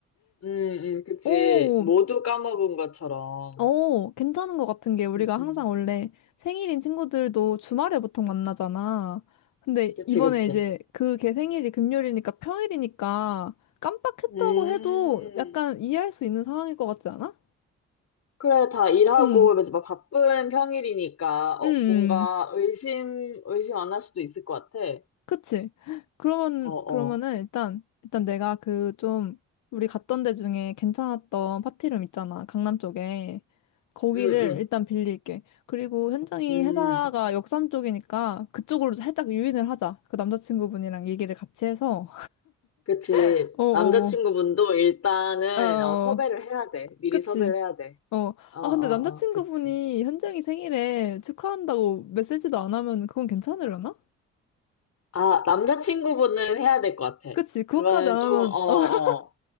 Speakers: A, on the left; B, on the left.
A: 음, 음, 그치.
B: 오,
A: 모두 까먹은 것처럼.
B: 오, 괜찮은 것 같은 게 우리가
A: 음, 음.
B: 항상 원래 생일인 친구들도 주말에 보통 만나잖아. 근데
A: 그치,
B: 이번에
A: 그치.
B: 이제 그 걔 생일이 금요일이니까 평일이니까 깜빡했다고
A: 음.
B: 해도 약간 이해할 수 있는 상황일 것 같지 않아?
A: 그래, 다 일하고
B: 응,
A: 이제 막 바쁜 평일이니까 어,
B: 응,
A: 뭔가 의심 의심 안 할 수도 있을 것 같아.
B: 그치? 그러면,
A: 어, 어.
B: 그러면은 일단, 일단 내가 그 좀, 우리 갔던 데 중에 괜찮았던 파티룸 있잖아. 강남 쪽에. 거기를
A: 음, 음.
B: 일단 빌릴게. 그리고 현정이
A: 음.
B: 회사가 역삼 쪽이니까 그쪽으로 살짝 유인을 하자. 그 남자친구분이랑 얘기를 같이 해서.
A: 그치.
B: <laughs> 어어어.
A: 남자친구분도 일단은
B: 어, 어, 어,
A: 어, 섭외를 해야 돼. 미리
B: 그치?
A: 섭외를 해야 돼.
B: 어.
A: 어, 어,
B: 아, 근데 남자친구분이
A: 어. 그치.
B: 현정이 생일에 축하한다고 메시지도 안 하면 그건 괜찮으려나?
A: 아, 남자친구분은 해야 될 것 같아.
B: 그치? 그것까지
A: 그거는
B: 안 하면,
A: 좀, 어, 어.
B: <laughs>